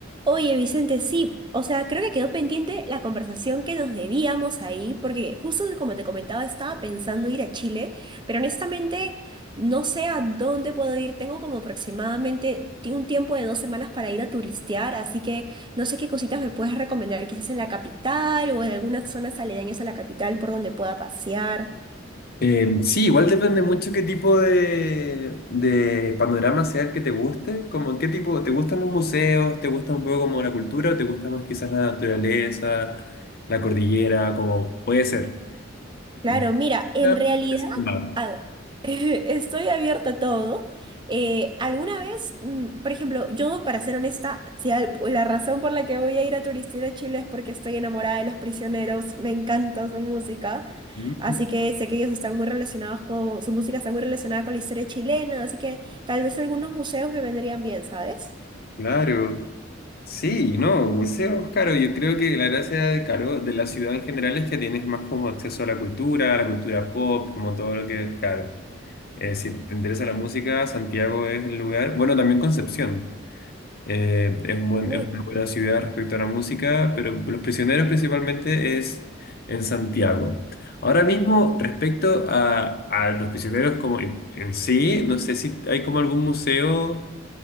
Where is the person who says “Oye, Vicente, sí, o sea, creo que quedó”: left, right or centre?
Right